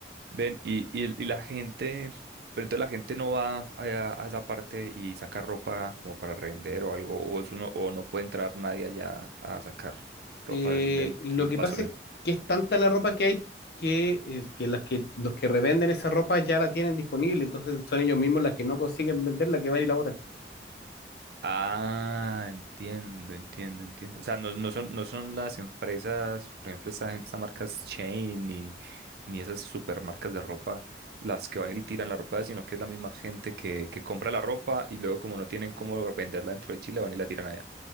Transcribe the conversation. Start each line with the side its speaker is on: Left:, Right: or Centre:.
Right: Ven, y, y, el- y la gente, pero entonces la gente no va allá a esa parte y saca ropa como para revender o algo, o, eso no, o no puede entrar nadie allá a sacar ropa
Left: Eh,
Right: del, del
Left: lo
Right: del
Left: que
Right: basurero.
Left: pasa es que es tanta la ropa que hay que, eh, que, las que los que revenden esa ropa ya la tienen disponible, entonces son ellos mismos las que no consiguen venderla, que van y la botan.
Right: Ah, entiendo, entiendo, entiendo. O sea, no, no son, no son las empresas, por ejemplo, esa, esa marca Shein ni, ni esas supermarcas de ropa las que van y tiran la ropa, sino que es la misma gente que, que compra la ropa y luego como no tienen cómo venderla dentro de Chile, van y la tiran allá.